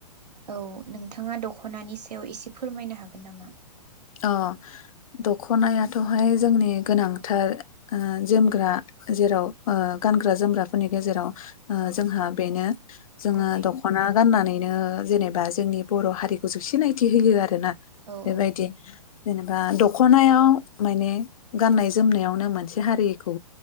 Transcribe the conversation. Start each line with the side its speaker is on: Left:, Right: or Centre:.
Right: औ नोंथाङा दख'नानि सायाव एसे फोरमायनो हागोन नामा?
Left: अ दख'नायाथ' हाय जोंनि गोनांथार ओ जोमग्रा जेराव ओ गानग्रा जोमग्राफोरनि गेजेराव। ओ
Right: औ
Left: जोंहा बेनो जोङो
Right: गुबै
Left: दख'ना
Right: औ
Left: गाननानैनो जेने बा जोंनि बर' हारिखौ सो सिनायथि होयो आरोना,
Right: औ
Left: बेबायदि
Right: औ
Left: जेनेबा द'खनायाव माने गाननाय जोमनायावनो मोनसे हारिखौ